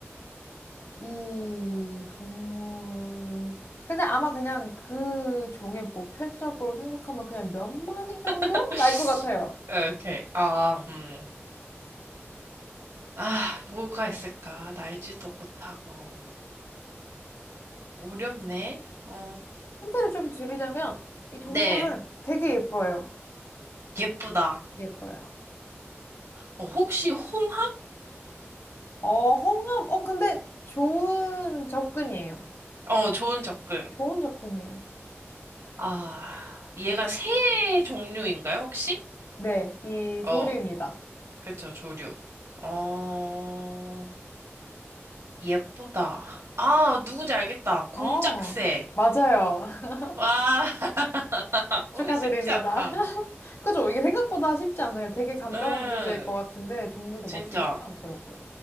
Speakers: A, on the left; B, on the right.
A: 이 동물, 근데 아마 그냥 그 종의 보편적으로 생각하면 그냥 몇 마리 정도
B: <laughs>
A: 날 것 같아요.
B: 오케이. 아, 음. 아, 뭐가 있을까? 날지도 못하고. 어렵네. 어...
A: 힌트를 좀 드리자면 이 동물은
B: 네.
A: 되게 예뻐요.
B: 예쁘다.
A: 예뻐요.
B: 어, 혹시 홍학?
A: 어, 홍합. 어, 근데 좋은 접근이에요.
B: 어, 좋은 접근.
A: 좋은 접근이에요.
B: 아, 얘가 새 종류인가요, 혹시?
A: 네, 이
B: 어,
A: 조류입니다.
B: 그쵸, 조류. 어, 예쁘다. 아, 누군지 알겠다. 공작새.
A: 어, 맞아요. <laughs>
B: 와, <laughs>
A: 축하드립니다.
B: 어, 쉽지 않다.
A: <laughs> 그죠? 이게 생각보다 쉽지 않아요. 되게 간단한
B: 응,
A: 주제일 것 같은데 동물도
B: 진짜.
A: 맞추기 쉽지 않더라고요.